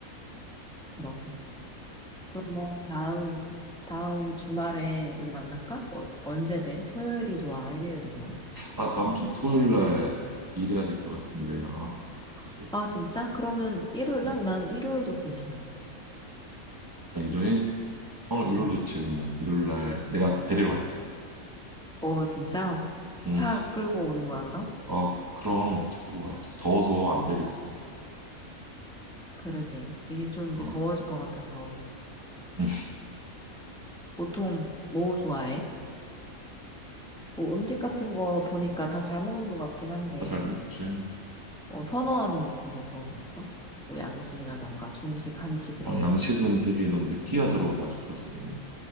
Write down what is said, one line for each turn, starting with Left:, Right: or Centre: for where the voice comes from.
Centre: 그러긴. 그럼 뭐 다음 다음 주말에 우리 만날까? 어, 언제 돼? 토요일이 좋아? 일요일이 좋아?
Right: 아, 다음 주 토요일 날 일해야 될 것 같은데. 아, 그러지.
Centre: 아, 진짜? 그러면 일요일
Right: 음.
Centre: 날? 난 일요일도 괜찮아.
Right: 아, 일요일? 어, 일요일
Centre: 음.
Right: 좋지, 그러면. 일요일 날 내가 데리러 갈게.
Centre: 어, 진짜?
Right: 음.
Centre: 차 끌고 오는 거야, 그럼?
Right: 어, 그럼 자꾸 가야지. 더워서 안 되겠어.
Centre: 그러게. 이제 좀 이제
Right: 어.
Centre: 더워질 것 같아서.
Right: 응.
Centre: 보통 뭐 좋아해? 뭐 음식 같은 거 보니까 다 잘 먹는 것 같긴 한데.
Right: 아, 잘 먹지.
Centre: 뭐 선호하는 뭐 그런 거 있어? 뭐 양식이라던가 중식, 한식 이런
Right: 아, 양식은
Centre: 거?
Right: 되게 난 느끼하더라고, 아직까지는.